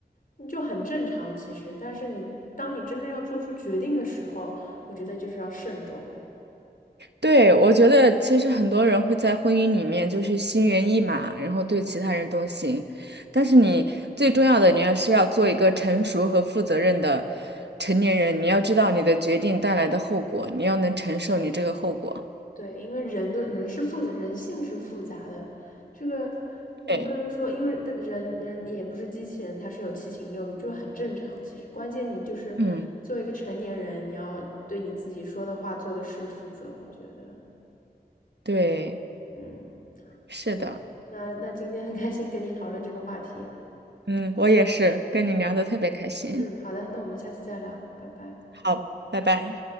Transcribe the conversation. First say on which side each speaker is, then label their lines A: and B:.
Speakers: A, on the left; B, on the right.
A: 你就很正常其实，但是你当你真正要做出决定的时候，我觉得就是要慎重。
B: 对，我觉得其实很多人会在婚姻里面就是心猿意马，然后对其他人动心，但是你最重要的，你要是要做一个成熟和负责任的成年人，你要知道你的决定带来的后果，你要能承受你这个后果。
A: 对，因为人的人是复杂，人性是复杂的，这个你不能说，
B: 对，
A: 因为但人人也不是机器人，他是有七情六欲，这很正常。其实关键你就是作为一个成年人，
B: 嗯，
A: 你要对你自己说的话、做的事负责。我觉得，
B: 对，
A: 嗯，好，
B: 是的，
A: 嗯，那那今天很开心跟你讨论这个话题。
B: 嗯，我也是，跟你聊的特别开心。
A: 嗯嗯，好的，那我们下次再聊，拜拜。
B: 好，拜拜。